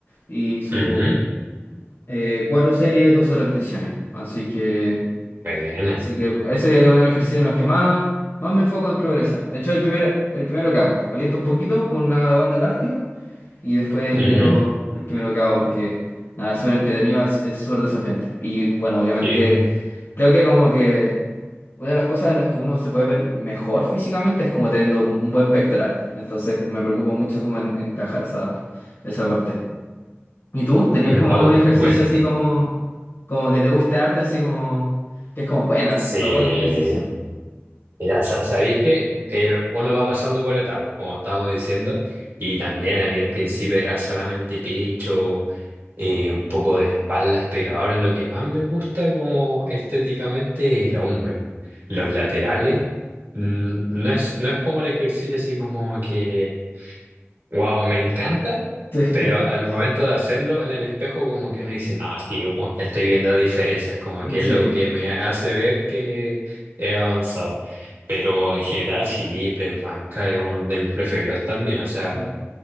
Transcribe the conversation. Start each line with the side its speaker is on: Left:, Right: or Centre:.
Left: y sus
Right: ujú,
Left: eh, cuatro series, 12 repeticiones. Así que,
Right: Buena.
Left: así que ese es uno de los ejercicios en los que más, más me enfoco en progresar. De hecho, el primer, el primero que hago, caliento un poquito con una banda elástica y después
Right: Ujú.
Left: el primero, el primero que hago porque nada, es súper entretenido, es, es súper desafiante. Y bueno, obviamente
Right: Y-
Left: creo que como que una de las cosas en las que uno se puede ver mejor físicamente es como teniendo un un buen pectoral. Entonces me preocupo mucho como en, en trabajar esa, esa parte. ¿Y tú? ¿Tenías
Right: no,
Left: como algún ejercicio
Right: bueno.
Left: así como, como que te guste arte, así como, que es como, bueno,
Right: Sí.
Left: tocó este ejercicio?
Right: Mira, sa- sabéis que eh, uno va pasando por etapas, como estábamos diciendo, y también a mí al principio era solamente pecho, eh, un poco de espaldas, pero ahora lo que más me gusta como estéticamente es el hombro. Los laterales, mm, no es, no es como el ejercicio así como que Wow, me encanta,
Left: <laughs>
Right: pero al momento de hacerlo en el espejo como que uno dice, no, sí, gu- estoy viendo diferencias, como que
Left: Sí, sí,
Right: es lo que me hace ver que he avanzado. Pero en general sí, Press Banca es uno de mis preferidos también, o sea,
Left: sí,